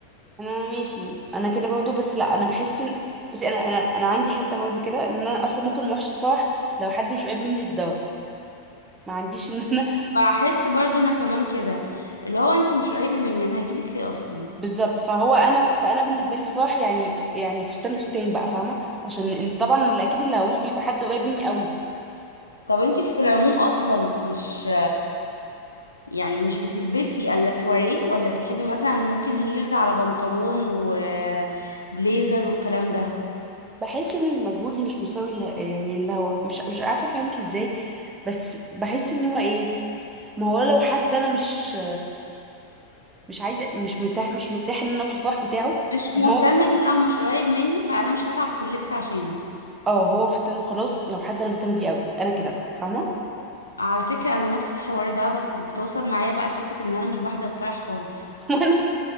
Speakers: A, on the right (about 20°); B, on the left (about 80°).
A: انا ماشي انا كده برضو بس لا انا بحس ان بس انا انا انا عندي حته برضو كده ان انا اصلا ممكن ما اروحش الفرح لو حد مش قريب مني للدرجه ما عنديش ان انا
B: بحس برضو أنا كمان كده اللي هو أنتي مش قريبة مني أنا هجيلك ليه أصلا
A: <laughs> بالظبط فهو انا فانا بالنسبه لي الفرح يعني ف... يعني فستان فستان بقى فاهمه عشان إن- طبعا اللي اكيد اللي هروح له يبقى حد قريب مني قوي
B: طب أنتي في العموم أصلا مش يعني مش بتلبسي إلا سواريه ولا بتحبي مثلا ممكن هيلز على بنطلون وبليزر والكلام ده
A: بحس ان المجهود مش مساوي اللي... يعني اللي هو مش مش عارفه افهمك ازاي بس بحس ان هو ايه ما هو لو حد انا مش مش عايزه مش مرتاح مش مرتاح ان انا اروح الفرح بتاعه
B: مش
A: طب
B: مهتم
A: ما هو
B: بيه او مش قريب مني فانا مش هتعب في اللبس عشانه
A: اه هو فستان وخلاص لو حد انا مهتمه بيه قوي انا كده بقى فاهمه
B: على فكرة انا نفس الحوار ده بس بتوصل معايا بقى لفكرة ان انا مش بحضر فرح خالص
A: <laughs> وانا